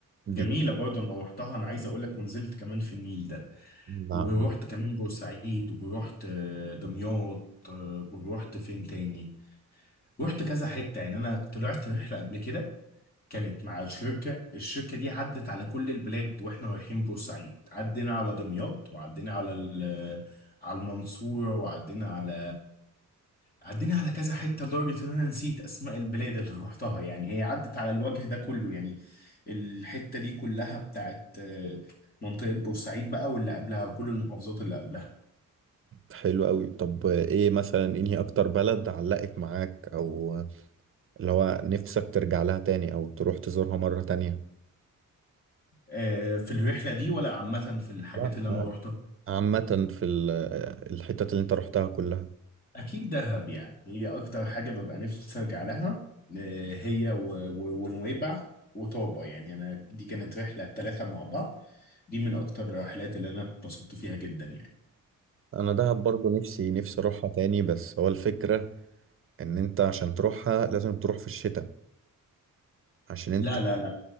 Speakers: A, on the left; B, on the right.
A: جميلة
B: دي
A: برضه انا روحتها انا عايز اقول لك ونزلت كمان في النيل ده
B: لا
A: ورحت كمان بورسعيد ورحت آه، دمياط آه، ورحت فين تاني رحت كذا حتة يعني انا طلعت رحلة قبل كده كانت مع الشركة الشركة دي عدت على كل البلاد واحنا رايحين بورسعيد عدينا على دمياط وعدينا على ال- على المنصورة وعدينا على عدينا على كذا حتة لدرجة ان انا نسيت اسماء البلاد اللي روحتها يعني هي عدت على الوجه ده كله يعني الحتة دي كلها بتاعت آه، منطقة بورسعيد بقى واللي قبلها وكل المحافظات اللي قبلها
B: حلو قوي طب ايه مثلا انهي اكتر بلد علقت معاك او اللي هو نفسك ترجع لها تاني او تروح تزورها مرة تانية
A: آه، في الرحلة دي ولا عامة في الحاجات
B: لا
A: اللي انا
B: آه،
A: روحتها
B: عامة في ال- الحتت اللي انت روحتها كلها
A: اكيد دهب يعني هي اكتر حاجه ببقى نفسي ارجع لها آه، هي و- و- ونويبع وطابه يعني انا دي كانت رحله ثلاثه مع بعض دي من اكتر الرحلات اللي انا اتبسطت فيها جدا يعني
B: انا دهب برضو نفسي نفسي اروحها تاني بس هو الفكرة ان انت عشان تروحها لازم تروح في الشتاء عشان انت
A: لا لا لا